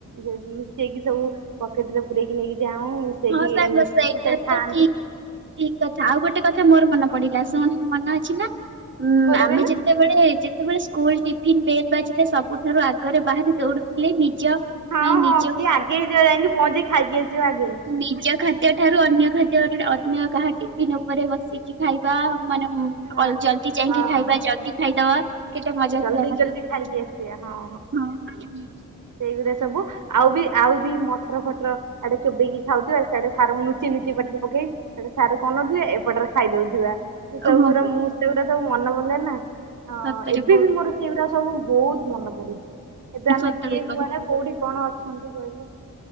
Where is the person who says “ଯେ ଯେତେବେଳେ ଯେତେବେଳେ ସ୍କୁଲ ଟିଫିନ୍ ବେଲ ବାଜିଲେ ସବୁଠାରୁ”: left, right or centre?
Right